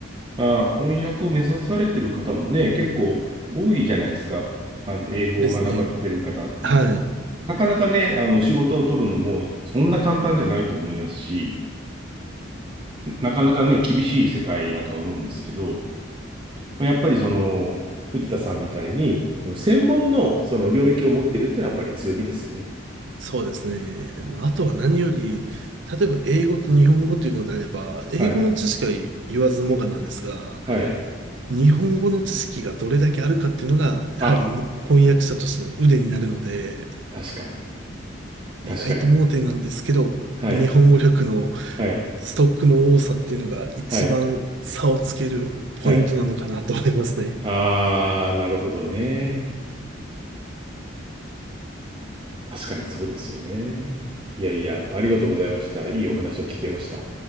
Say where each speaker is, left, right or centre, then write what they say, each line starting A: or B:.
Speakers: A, on the right; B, on the right.
A: あー翻訳を目指されてる方もね、結構多いじゃないですか。あの、英語を学ばれてる方っていうのは。
B: ですね。はい。
A: なかなかね、あの、仕事を取るのもそんな簡単じゃないと思いますし、なかなかね、厳しい世界だとは思うんですけど、まあやっぱりその、藤田さんみたいに、その専門のその領域を持っているっていうのはやっぱり強みですよね。
B: そうですね。まあ、あとは何より、例えば英語と日本語というのであれば、英語の知識は言わずもがなですが、
A: はい。はい。
B: 日本語の知識がどれだけあるかっていうのが、やはりに翻訳者としての腕になるので、
A: あ、確かに。
B: 意外と盲点なんですけど、
A: 確かに。はい。
B: 日本語力の
A: はい、
B: ストックの多さっていうのが一番差をつけるポイントなのかなと思いますね。
A: はい、はい。あー、なるほどね。確かにそうですよね。いやいや、ありがとうございました。いいお話を聞けました。